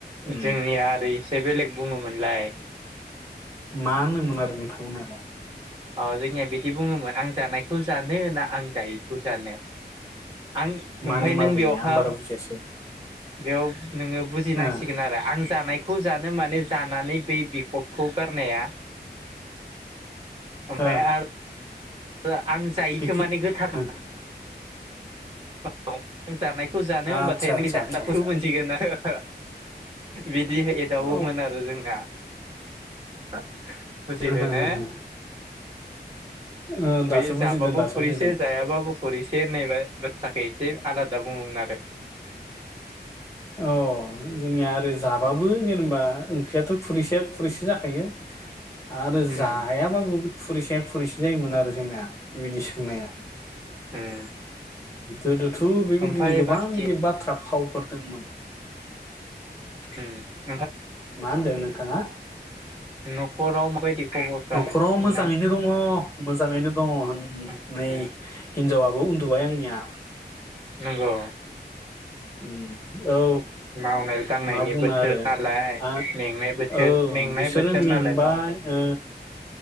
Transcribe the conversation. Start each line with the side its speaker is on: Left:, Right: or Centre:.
Left: उम
Right: जोंनिया आरो इसे बेलेग बुङोमोन लाय
Left: मा होनोमोन आरो नोंथांमोनालाय?
Right: ओ जोंनिया बिदि बुङोमोन आं जानायखौ जानो ना आं जायिखौ जानो? आं
Left: माने
Right: ओमफाय
Left: मा
Right: नों
Left: बेलाय
Right: बेयावहा
Left: आं बारा बुजियासै
Right: बेयाव नोङो बुजिनांसिगोन
Left: ओ
Right: आरो आं जानाय खौ जानो माने जानानै बै बिखबखौ गारनाया ओमफाय
Left: ओ
Right: आर ओआ आं जायैखो
Left: बेखि
Right: माने गोथारा
Left: ओ
Right: <unintelligible> जानाय खौ जानो
Left: आतसा
Right: होनबाथाय नों
Left: आतसा
Right: बे जाखदाखौल
Left: आतसा आतसा
Right: मोनसिगोन आरो हो बिदि एदावोमोन
Left: अ
Right: आरो जोंना बुजिदो
Left: ह
Right: ना?
Left: ह ह ओ दासो
Right: बे जाबाबो
Left: बुजिदों दासो
Right: खरिसे
Left: बुजिदों
Right: जायाबाबो खरिसे होननाया बाथ्राखै जे आलादा बुङोमोन आरो
Left: औ जोंनिया आरो जाबाबो जेनेबाओंख्रियाथ' फुरैसेया फुरैसे जाखायो आरो
Right: उम
Left: जायाबाबो फुरैसेया फुरैसेजायोमोन आरो जोंना बिदि सोंनाया।
Right: उम
Left: गोदोथ' बेबायदिनो
Right: ओमफ्राय
Left: गोबां
Right: बाखि
Left: बिदि बाथ्रा फावफोर <inaudible>
Right: ओम।
Left: मा होनदों नोंथाङा?
Right: न'खराव माबायदि खबरफ्रा
Left: न'खराव
Right: नोंसोरना?
Left: मोजाङैनो दङ मोजाङैनो दङ होन
Right: उम
Left: नै हिनजावा औ उनदुबाय आंनिया।
Right: नंगौ।
Left: उम औ
Right: मावनाय दांनायनि
Left: मा बुंनो
Right: बोथोर
Left: आरो
Right: नालाय
Left: आ
Right: मेंनाय बोथोर
Left: औ
Right: मेंनाय
Left: बिसोरो
Right: बोथोर
Left: मेंबाय
Right: नालाय मावनो
Left: ओ